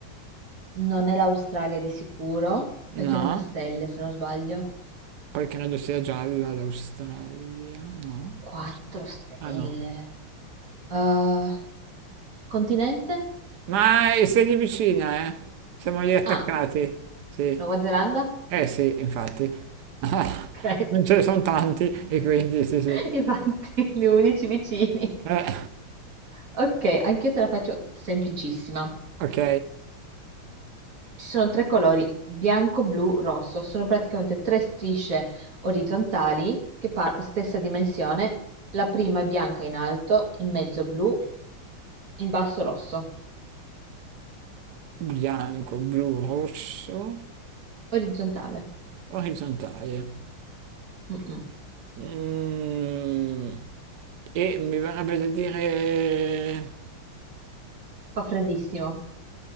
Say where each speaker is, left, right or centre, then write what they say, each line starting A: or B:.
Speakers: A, on the right; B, on the right.
A: Non è l'Australia di sicuro, perché
B: No,
A: non ha stelle, se non sbaglio.
B: poi credo sia gialla l'Australia, no?
A: Quattro
B: forse.
A: stelle.
B: Ah no,
A: Ah, continente?
B: ma è- sei lì vicina, eh? Siamo lì attaccati,
A: Ah,
B: sì.
A: Nuova Zelanda?
B: Eh sì, infatti. <laughs>
A: Ok,
B: Non ce ne sono tanti e quindi sì sì.
A: <laughs> infatti gli unici vicini.
B: Eh,
A: Ok, anche io te la faccio semplicissima.
B: ok,
A: Ci sono tre colori, bianco, blu, rosso. Sono praticamente tre strisce orizzontali che par- stessa dimensione. La prima è bianca in alto, in mezzo blu, in basso rosso.
B: bianco, blu, rosso,
A: Orizzontale.
B: orizzontale.
A: Mm-mm.
B: Mm, e mi verrebbe da dire...
A: Fa freddissimo.